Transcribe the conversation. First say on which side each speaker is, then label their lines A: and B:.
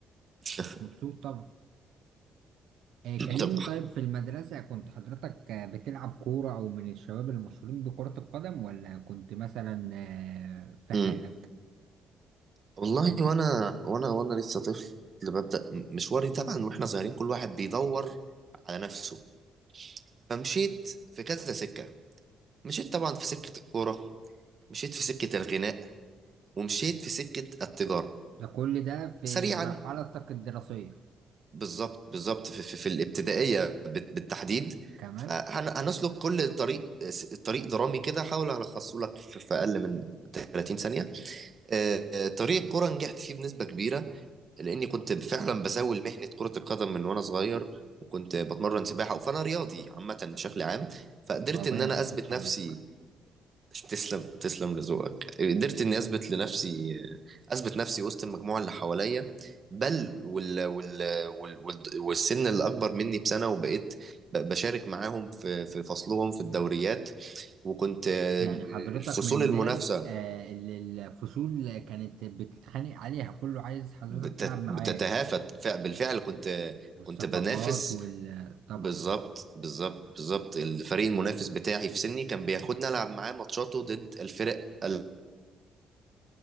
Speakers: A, on the right (about 40°); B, on the right (about 80°).
A: <laughs>
B: كنتش مبسوط طبعا آه، كلمني
A: طب
B: طيب في المدرسه كنت حضرتك آه، بتلعب كوره او من الشباب المشهورين بكره القدم ولا كنت مثلا آه، في حالك
A: م. والله وانا وانا وانا لسه طفل ببدأ مشواري طبعا واحنا صغيرين كل واحد بيدور على نفسه فمشيت في كذا سكة مشيت طبعا في سكة الكورة مشيت في سكة الغناء ومشيت في سكة التجارة
B: ده كل ده في
A: سريعا
B: مرحلتك الدراسيه
A: بالظبط بالظبط في, في, في الابتدائية بت- بالتحديد
B: كمان
A: فهنسلك كل طريق س- طريق درامي كده هحاول الخصه لك في في اقل من 30 ثانية آه، آه، طريق الكورة نجحت فيه بنسبة كبيرة لاني كنت فعلا بزاول مهنه كره القدم من وانا صغير وكنت بتمرن سباحه فانا رياضي عامه بشكل عام فقدرت
B: هو باين
A: ان انا
B: على
A: اثبت
B: صوت حضرتك
A: نفسي <laughs> تسلم تسلم لذوقك قدرت اني اثبت لنفسي اثبت نفسي وسط المجموعه اللي حواليا بل وال... وال... وال... وال... والسن اللي اكبر مني بسنه وبقيت ب- بشارك معاهم في في فصلهم في الدوريات وكنت آه،
B: يعني حضرتك
A: الفصول
B: من الناس
A: المنافسه
B: آه، اللي الفصول كانت بتتخانق عليها كله عايز حضرتك
A: بتت...
B: تلعب معاه
A: بتتهافت
B: يعني
A: فع- بالفعل كنت
B: والصفقات
A: كنت بنافس
B: وال طبعا
A: بالظبط
B: اه
A: بالظبط بالظبط الفريق المنافس بتاعي في سني كان بياخدنا العب معاه ماتشاته ضد الفرق الأقوم